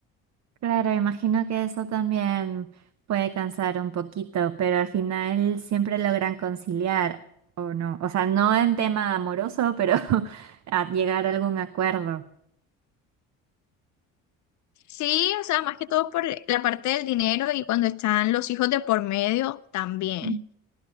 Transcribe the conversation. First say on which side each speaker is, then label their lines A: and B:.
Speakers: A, on the right; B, on the left.
A: Claro, imagino que eso también puede cansar un poquito, pero al final siempre logran conciliar, ¿o no? O sea, no en tema amoroso, pero <laughs> a llegar a algún acuerdo.
B: Sí, o sea, más que todo por la parte del dinero y cuando están los hijos de por medio también.
A: Mm.